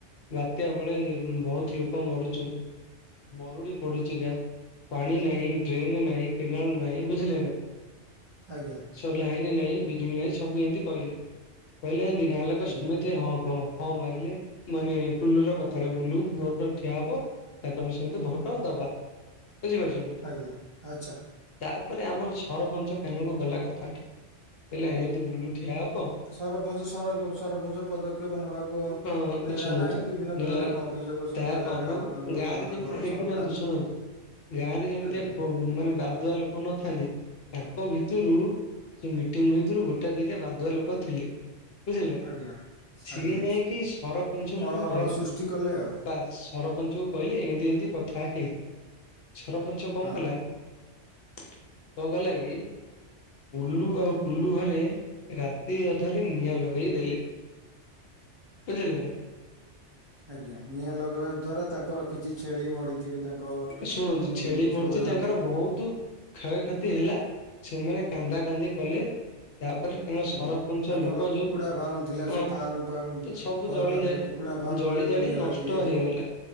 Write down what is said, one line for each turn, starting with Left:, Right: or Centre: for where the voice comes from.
Left: ବାତ୍ୟା ବେଳେ ବହୁତ ଲୋକ ମରୁଛନ୍ତି ମରୁଡି ପଡୁ ତିକା ପାଣି ନାହିଁ ଡ୍ରେନ ନାହିଁ କେନାଲ ନାହିଁ ବୁଝିଲେ ନା?
Right: ଆଜ୍ଞା।
Left: ସବୁ ଲାଇନ ନାହିଁ ବିଜୁଳି ନାହିଁ ସବୁ ଏମତି କହିଲେ କହିଲେ ଯେମିତି ଗାଁ ଲୋକ
Right: ଆଜ୍ଞା
Left: ସମେତେ ହଁ କହ। ହଁ ମାରିଲେ ମାନେ ଟୁଲୁ ର କଥାରେ ବୁଲୁ ଭୋଟ ଠିଆ ହବ। ତାକୁ ଆମେ ସମେତେ ଭୋଟ ଦବା। ବୁଝିପାରୁଛ ନା?
Right: ଆଜ୍ଞା ଆଚ୍ଛା।
Left: ତାପରେ ଆମର ସରପଞ୍ଚ କାନକୁ ଗଲା କଥା ଟା ହେଲେ ଏମତି ବୁଲୁ ଠିଆ ହବ।
Right: ସରପଞ୍ଚର ସରପଞ୍ଚ ପଦକ୍ଷେପ ନେବାକୁ
Left: ଅ
Right: ନେଲା
Left: ଶୁଣନ୍ତୁ
Right: ନାହିଁ ବିଭିନ୍ନ
Left: ନେଲାନି
Right: ପ୍ରକାର ଅଭିଯୋଗ। ସବୁ
Left: ତା
Right: ଏଲା
Left: କାନକୁ
Right: ଗାଁ ମାନଙ୍କ ଲୋକମାନାନଙ୍କର
Left: ଗାଁ ରେ ଯେମିତି ଦେଖିନାହାନ୍ତି
Right: ସରକାର।
Left: ଶୁଣନ୍ତୁ ଗାଁ ରେ ଯେମିତିଆ
Right: ଆଜ୍ଞା
Left: କ ମାନେ ବାଧୁଆ ଲୋକ ନଥାନ୍ତି ତାଙ୍କ ଭିତରୁ ସେ ମିଟିଂ ଭିତରୁ ଗୋଟା ଦିଟା ବାଧୁଆ ଲୋକ ଥିଲେ। ବୁଝିଲେ
Right: ଆଜ୍ଞା
Left: ସିଏ
Right: ଆଜ୍ଞା
Left: ଯାଇକି ସରପଞ୍ଚଙ୍କୁ
Right: କଳହଳ
Left: କହିଲେ
Right: ସୃଷ୍ଟି କଲେ ଆଉ
Left: ବାସ୍ ସରପଞ୍ଚ କୁ କହିଲେ ଏମିତି ଏମତି କଥା ହେଇଛି ସରପଞ୍ଚ କଣ
Right: ହଁ।
Left: କଲା କଣ କଲା କି ବୁଲୁ ଆଉ ଟୁଲୁ ଘରେ ରାତି ଅଧରେ ନିଆଁ ଲଗେଇ ଦେଲେ। ବୁଝିଲେ ନା?
Right: ଆଜ୍ଞା ନିଆଁ ଲଗେଇବା ଦ୍ଵାରା ତାଙ୍କର କିଛି ଛେଳି ମରିଥିବେ। ତାଙ୍କ
Left: ଶୁଣନ୍ତୁ
Right: ଉଁ
Left: ଛେଳି
Right: ଜୀବଜନ୍ତୁ
Left: ମର୍ଚି ତାଙ୍କର ବହୁତୁ କ୍ଷୟକ୍ଷତି ହେଲା ସେମାନେ କାନ୍ଦା କାନ୍ଦି କଲେ ତାପରେ ତାଙ୍କ ସରପଞ୍ଚ
Right: ଆଜ୍ଞା ତାଙ୍କର
Left: ଲୋକ
Right: କୁକୁଡା
Left: ଯୋଉ
Right: ଫାର୍ମ ଥିଲା ସେ
Left: ଅ
Right: ଫାର୍ମ ପା
Left: ତ ସବୁ
Right: ଘର
Left: ଜଳିଯାଏ।
Right: ପାଖରେ କୁକୁଡା ଫାର୍ମରେ
Left: ଜଳି
Right: ବି
Left: ଜାଳି
Right: ନିଆଁ
Left: ନଷ୍ଟ
Right: ଲାଗି ଯାଇଥିବ
Left: ହେଇଗଲା